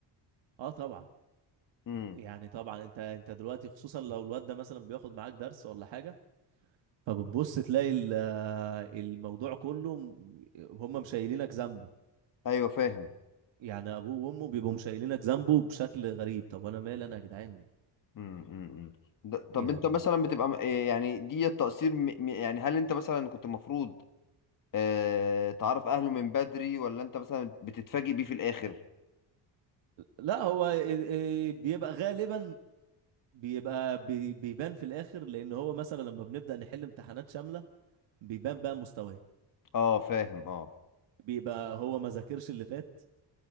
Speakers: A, on the right (about 80°); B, on the left (about 45°).
A: اه طبعا
B: امم
A: يعني طبعا انت انت دلوقتي خصوصا لو الواد ده مثلا بياخد معاك درس ولا حاجة فبتبص تلاقي ال- الموضوع كله م- هم مشايلينك ذنبه
B: ايوه فاهم
A: يعني ابوه وامه بيبقوا مشايلينك ذنبه بشكل غريب طب انا مالي انا يا جدعان
B: امم امم ده- طب
A: يعني
B: انت مثلا بتبقى م- إيه يعني دي التقصير م- م- يعني هل انت مثلا كنت المفروض آه، تعرف اهله من بدري ولا انت مثلا بتتفاجئ بيه في الاخر
A: لا هو إيه- إيه بيبقى غالبا بيبقى بي- بيبان في الاخر لان هو مثلا لما بنبدا نحل امتحانات شامله بيبان بقى مستواه
B: اه فاهم اه
A: بيبقى هو ما ذاكرش اللي فات